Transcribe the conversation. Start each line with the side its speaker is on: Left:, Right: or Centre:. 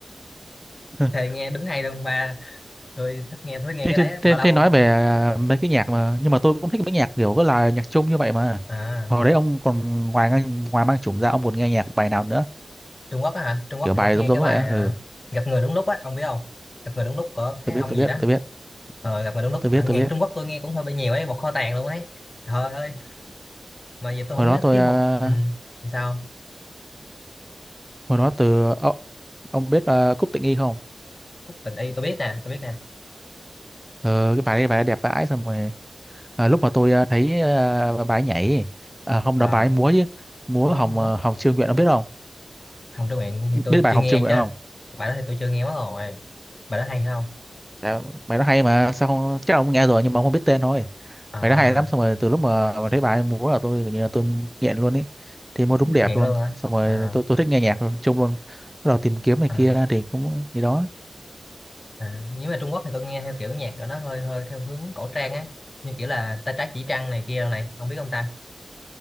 Centre: <laughs>
Left: thì nghe đúng hay luôn ba tôi thích nghe thích nghe
Centre: thế,
Left: cái
Centre: thế,
Left: đấy
Centre: thế,
Left: lâu lâu
Centre: thế nói về à, mấy cái nhạc mà nhưng mà tôi cũng thích mấy nhạc kiểu có là nhạc Trung như vậy mà
Left: à
Centre: hồi đấy ông còn ngoài ngoài mang chủng ra ông còn nghe nhạc bài nào nữa
Left: Trung Quốc á hả Trung Quốc
Centre: kiểu
Left: thì
Centre: bài
Left: tôi có
Centre: giống
Left: nghe
Centre: giống
Left: cái
Centre: như
Left: bài
Centre: vậy á
Left: à,
Centre: ừ
Left: gặp người đúng lúc á ông biết không gặp người đúng lúc của cái
Centre: tôi biết
Left: ông
Centre: tôi
Left: gì
Centre: biết
Left: đó
Centre: tôi biết
Left: ờ, gặp người đúng lúc
Centre: tôi
Left: Ờ,
Centre: biết
Left: nhạc
Centre: tôi biết
Left: Trung Quốc tôi nghe cũng hơi bị nhiều ấy một kho tàng luôn ấy trời ơi mà giờ tôi không
Centre: hồi đó
Left: nhớ
Centre: tôi
Left: tiết
Centre: à,
Left: học ừ. sao
Centre: hồi đó từ ông, ông biết à, Cúc Tịnh Nghi không
Left: khúc tình y tôi biết nè tôi biết nè
Centre: Ờ, cái bài đấy bài ấy đẹp vãi xong rồi à, lúc mà tôi à, thấy à, bài ấy nhảy à, không
Left: à,
Centre: đó bài ấy múa chứ múa
Left: múa
Centre: Hồng
Left: múa
Centre: à, Hồng Chưa Nguyện ông biết không
Left: hồng trương nguyện thì tôi
Centre: biết bài
Left: chưa
Centre: Hồng
Left: nghe
Centre: Chưa Nguyện
Left: chứ
Centre: không
Left: cái bài đó thì tôi chưa nghe mất rồi bài đó hay hay không
Centre: Dạ, bài nó hay mà sao không chắc ông nghe rồi nhưng mà ông không biết tên thôi
Left: à
Centre: bài nó hay lắm xong rồi từ lúc mà, mà thấy bài ấy múa là tôi kiểu như là tôi nghiện luôn ý thì múa đúng
Left: nghiện
Centre: đẹp luôn
Left: luôn hả
Centre: xong rồi
Left: à,
Centre: tôi tôi thích nghe nhạc luôn, chung luôn bắt đầu tìm kiếm này
Left: à,
Centre: kia thì cũng gì đó
Left: à. nếu mà Trung Quốc thì tôi nghe theo kiểu nhạc của nó hơi hơi theo hướng cổ trang á như kiểu là tay trái chỉ trăng này kia đâu này không biết không ta